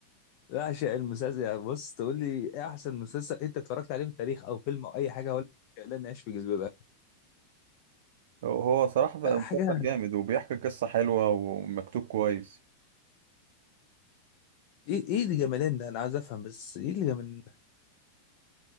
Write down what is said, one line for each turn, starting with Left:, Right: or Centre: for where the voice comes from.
Left: بعشق المسلسل يعني بص تقول لي ايه احسن مسلسل انت اتفرجت عليه في التاريخ او فيلم او اي حاجه ولا لا نعيش في جلباب ابي
Right: هو هو صراحة
Left: ده
Right: مسلسل
Left: حاجه
Right: جامد وبيحكي قصة حلوة ومكتوب كويس
Left: ايه ايه اللي جمالين ده انا عايز افهم بس ايه اللي جمال